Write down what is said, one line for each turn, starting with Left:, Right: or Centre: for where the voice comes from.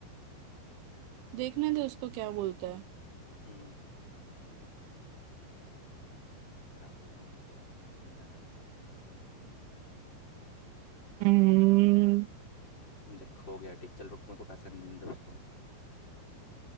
Right: देखने दे उसको क्या बोलता है
Left: हम्म क्या बोलूँ मैं तेरे को समझ नहीं आ रहा मेरे को
Right: हम्म
Left: देख हो गया ठीक चल रुक मेरे को पैसे नहीं दे उसको